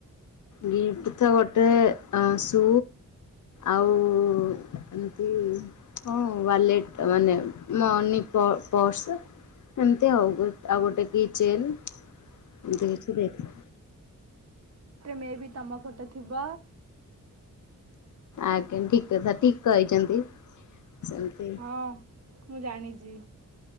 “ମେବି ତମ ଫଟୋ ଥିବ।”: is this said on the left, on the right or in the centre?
Right